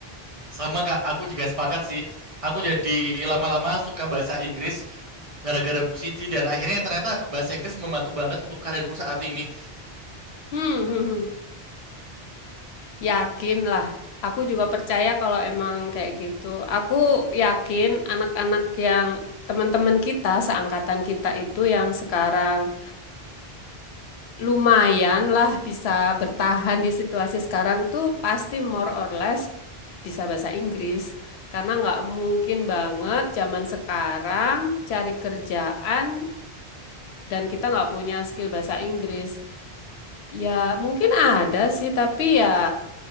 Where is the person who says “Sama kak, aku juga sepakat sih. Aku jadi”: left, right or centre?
Right